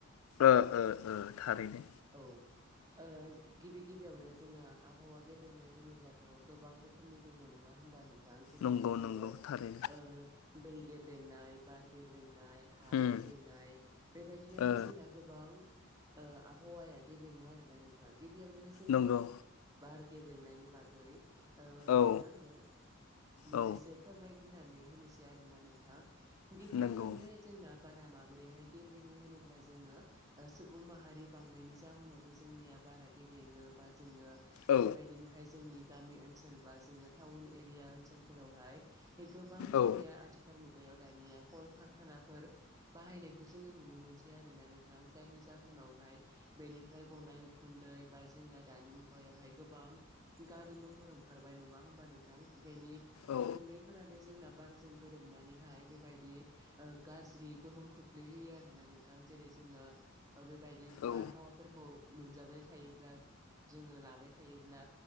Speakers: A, on the left; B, on the right.
A: ओ ओ ओ‌ थारैनो
B: औ ओ गिबि गिबियावनो जोङो आबहावा गेब्रेंनाय होनोब्लाथ' गोबां रोखोमनि दङ नङा होमबा नोंथां जेरैहाय
A: नंगौ
B: जोङो
A: नंगौ
B: ओ
A: थारैनो
B: दै गेब्रेंनाय बार गेब्रेंनाय हा
A: उम
B: गेब्रेंनाय बेबायदिनोहाय
A: ओ
B: जोंना गोबां आबहावाया गेब्रेङो आरो ना नोंथां गिबियावनो जोङो
A: नंगौ
B: बार गेब्रेंनायनि बागै ओ नोंनो
A: औ
B: आङो मोननैसो
A: औ
B: फोरमायग्रोनानै होनोसै आरोना नोंथां गिबि
A: नंगौ
B: गिबियावनोहाय जोंना बारा माबोरैहाय गेब्रेङो होनोब्ला जोङो सुबुं माहारि बांनायनि जाहोनावबो जोंनिया बारा गेब्रेङो बा जोङो
A: औ
B: बेबायदिनोहाय जोंनि गामि ओनसोल बा जोङो टाउन एरिया ओनसोलफोरावहाय गोबां
A: औ
B: जोंनिया आथिखाल मुगा- -गायाव दानिया कलकारखानाफोर बाहायनायखौ जोङो नुनो मोनसै आरो आरोना नोंथां जायनि जाहोनावहाय बेनिफ्राय गनाय उखुन्दै बा जोंना दानि मुगायावहाय गोबां गारि मथर ओंखार ओंखारबाय नङा होमबा नोंथां बेनि
A: औ
B: उखुन्दैफोरानो जोंना बार जों गोरोबनानैहाय बेबायदि गाज्रि गोहोम खोख्लैहोयो आरोना नोंथां जेरै जोङो बेबायदि
A: औ
B: बारहावाफोरखौ मोनजाबाय थायोब्ला। जोङो लाबाय थायोब्ला